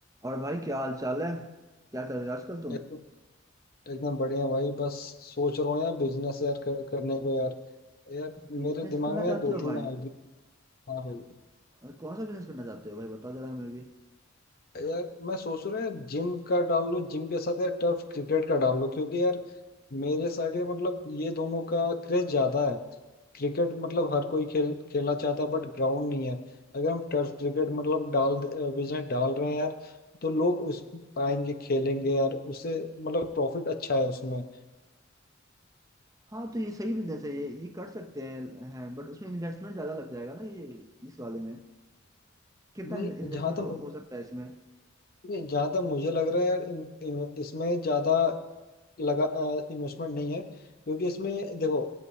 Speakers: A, on the right; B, on the left.
A: और भाई क्या हाल चाल है क्या कर रहे हो आजकल तुम
B: एकदम एकदम बढ़िया भाई बस सोच रहा हूँ यार बिजनेस यार कर, करने को यार यार
A: बिजनेस
B: मेरे दिमाग
A: करना
B: में यार
A: चाहते
B: दो
A: हो
B: तीन
A: भाई
B: आइडिया हाँ भाई
A: और कौन सा बिजनेस करना चाहते हो भाई बताओ जरा हमें भी
B: यार मैं सोच रहा हूँ यार जिम का डाल लूँ जिम के साथ यार टर्फ क्रिकेट का डाल लूँ क्योंकि यार मेरे साइड ये मतलब ये दोनों का क्रेज ज्यादा है क्रिकेट मतलब हर कोई खेल खेलना चाहता है बट ग्राउंड नहीं है अगर हम टर्फ क्रिकेट मतलब डाल बिजनेस डाल रहे हैं यार तो लोग उस आएंगे खेलेंगे यार उससे मतलब प्रॉफिट अच्छा है उसमें
A: हाँ तो ये सही बिजनेस है ये ये कर सकते हैं हैं बट उसमें इन्वेस्टमेंट ज्यादा लग जाएगा ना ये इस वाले में कितना
B: नहीं
A: इन्वेस्टमेंट
B: जहाँ तक
A: हो, हो सकता है इसमें
B: नहीं जहाँ तक मुझे लग रहा है यार इन- इन- इसमें ज़्यादा लगा इन्वेस्टमेंट नहीं है क्योंकि इसमें देखो